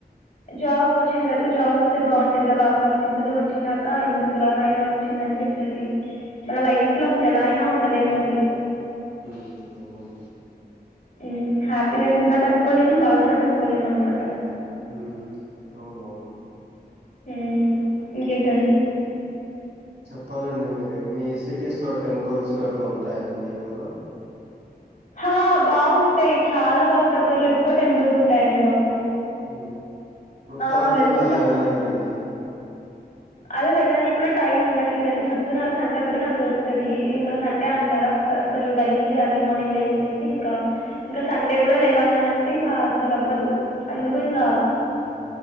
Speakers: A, on the left; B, on the right.
A: జాబ్ వచ్చేంతవరకు జాబ్ వస్తే బాగుంటంది కదా అవు అనిపిస్తాది వచ్చినాక ఎందుకురా నాయన వచ్చింది అ అనిపిస్తుది మన లైఫ్ లో అసలు ఎలాయినా ఉండలేమండి
B: ఉహ్మ్ అవునండి
A: ఉమ్మ్ హ్యాపీనెస్ ఉన్నా తట్టుకోలేము బాదున్నా తట్టుకోలేం అనమాట
B: ఉమ్మ్ అవునవును
A: ఉమ్మ్ ఇంకేంటండి
B: చెప్పాలండి మీరే మీ సిటీస్ లో టెంపుల్స్ అట్లా ఉంటాయాండి ఏమైనా
A: ఆ బాగుంటాయి చాలా బాగు దగ్గరలో ఎక్కువ టెంపుల్స్ ఉంటాయంండి మాకు
B: మ్మ్ ప్రశాంతంగా
A: ఆ! వెళ్తుంటాం
B: అలా వెళ్ళండి
A: అప్పుడప్పుడు.
B: అండి
A: అదే వెళ్ళానికి కూడా టైమ్ ఉండట్లేదండి చెప్తున్నా సండే ఒకటే నాకు దొరుకుతాది ఇంకా సండే
B: హ్మ్.
A: అంటారా అస అసలు డైలీ అర్లీ మార్నింగ్ లేసి లేసి ఇంకా ఇంకా సండే కూడా లేగాలనంటే ఇంకా అసలు అవ్వదు అందుకు ఇంగ
B: హ్మ్.